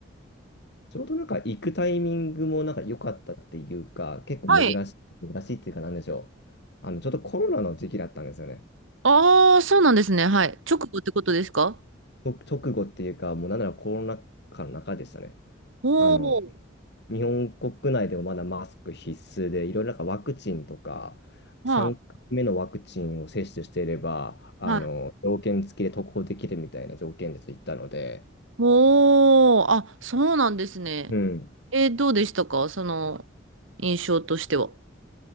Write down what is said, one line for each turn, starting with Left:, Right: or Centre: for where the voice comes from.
Left: ちょうどなんか行くタイミングもなんか良かったっていうか、結構珍しい、
Right: はい。
Left: 珍しいっていうかなんでしょう。あのちょっとコロナの時期だったんですよね。
Right: ああ、そうなんですね。はい。直後ってことですか
Left: と直後っていうか、もうなんならコロナ禍の中でしたね。
Right: おー。
Left: あの、日本国内でもまだマスク必須で、いろいろなんかワクチンとか、3回目のワクチンを接種していれば、
Right: は
Left: あの、
Right: い。はい。
Left: 条件付きで渡航できるみたいな条件でと言ったので、
Right: おー。あ、そうなんですね。
Left: うん。
Right: えーどうでしたかその、印象としては。